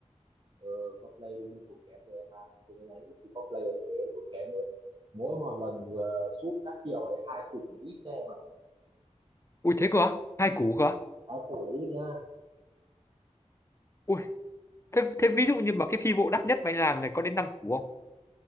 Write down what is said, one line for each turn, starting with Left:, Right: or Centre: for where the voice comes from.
Right: ờ, cosplay đương nhiên tốn kém rồi em ạ à. cho nên là ít cosplay ở thế tốn kém mỗi mỗi một lần vừa shoot các kiểu đấy hai củ là ít nha em ạ
Left: ui thế cơ á? hai củ cơ á?
Right: áo củ là ít nhá
Left: ui thế, thế ví dụ như mà cái phi vụ đắt nhất mà anh làm này có đến năm củ